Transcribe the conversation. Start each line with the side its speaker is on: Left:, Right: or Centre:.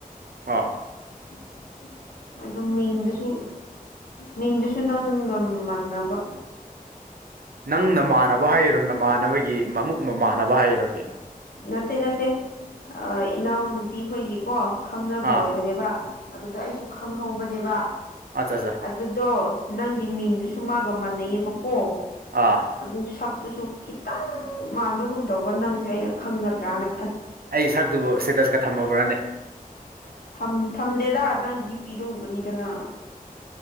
Right: ꯑꯥ
Left: <inaudible> ꯑꯗꯨ ꯃꯤꯡꯗꯨꯁꯨ ꯃꯤꯡꯗꯨꯁꯨ ꯅꯪꯒ ꯃꯟꯅꯕ
Right: ꯅꯪ ꯅꯃꯥꯟꯅꯕ ꯍꯥꯏꯔꯣ ꯅꯃꯥꯟꯅꯕꯒꯤ ꯃꯃꯨꯛ ꯃꯃꯥꯟꯅꯕ ꯍꯥꯏꯔꯣ ꯀꯩꯅꯣ
Left: ꯅꯠꯇꯦ ꯅꯠꯇꯦ ꯑ ꯏꯅꯥꯎ ꯅꯨꯨꯄꯤꯈꯣꯏꯒꯤꯀꯣ ꯈꯪꯅꯕ
Right: ꯑꯥ
Left: ꯑꯣꯏꯕꯅꯦꯕ ꯑꯗꯨꯗ ꯑꯩꯁꯨ ꯈꯪꯍꯧꯕꯅꯦꯕ
Right: ꯑꯠꯆꯥ ꯑꯠꯆꯥ
Left: ꯑꯗꯨꯗꯣ ꯅꯪꯒꯤ ꯃꯤꯡꯗꯨꯁꯨ ꯃꯥꯒ ꯃꯥꯟꯅꯩꯌꯦꯕꯀꯣ
Right: ꯑꯥ
Left: ꯑꯗꯨ ꯁꯛꯇꯨꯁꯨ ꯈꯤꯇꯪ ꯃꯥꯟꯕꯒꯨꯝ ꯇꯧ ꯀꯣ ꯅꯪꯁꯦ ꯑꯩꯅ ꯈꯪꯒꯗ꯭ꯔꯥꯅ
Right: ꯑꯩ ꯁꯛꯇꯨꯕꯨ ꯏꯁꯇꯦꯇꯁꯀ ꯊꯝꯃꯕ꯭ꯔꯅꯦ
Left: ꯊꯝ ꯊꯝꯗꯦꯗ ꯅꯪ ꯗꯤꯄꯤꯗꯨ ꯎꯕꯅꯤꯗꯅ